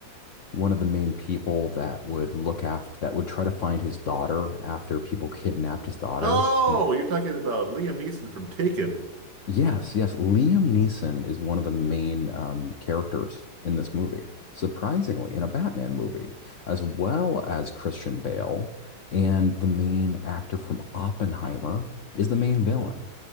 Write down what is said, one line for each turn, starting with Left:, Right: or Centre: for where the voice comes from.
Left: one of the main people that would look after that would try to find his daughter after people kidnapped his daughter,
Right: Oh,
Left: and it,
Right: you're talking about Liam Neeson from Taken.
Left: Yes, yes. Liam Neeson is one of the main um, characters in this movie, surprisingly, in a Batman movie, as well as Christian Bale. And the main actor from Oppenheimer is the main villain.